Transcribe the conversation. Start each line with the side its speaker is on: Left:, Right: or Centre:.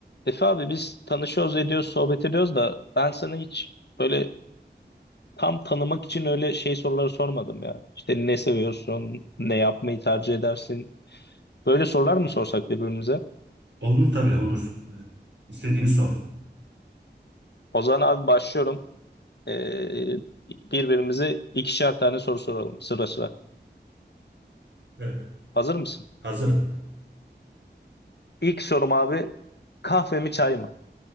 Left: Efe abi biz tanışıyoruz, ediyoruz, sohbet ediyoruz da ben sana hiç böyle tam tanımak için öyle şey soruları sormadım ya. İşte ne seviyorsun, ne yapmayı tercih edersin? Böyle sorular mı sorsak birbirimize?
Right: Olur tabii olur. İstediğini sor.
Left: O zaman abi başlıyorum. Ee, birbirimize ikişer tane soru soralım sıra sıra.
Right: Evet.
Left: Hazır mısın?
Right: Hazırım.
Left: İlk sorum abi kahve mi çay mı?